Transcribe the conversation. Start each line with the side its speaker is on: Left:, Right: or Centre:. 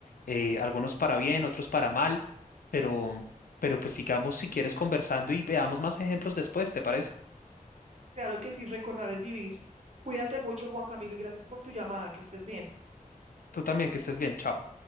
Left: Eh, algunos para bien, otros para mal, pero, pero pues sigamos si quieres conversando y veamos más ejemplos después, ¿te parece?
Right: Claro que sí, recordar es vivir. Cuídate mucho, Juan Camilo, y gracias por tu llamada, que estés bien.
Left: Tú también, que estés bien, chao.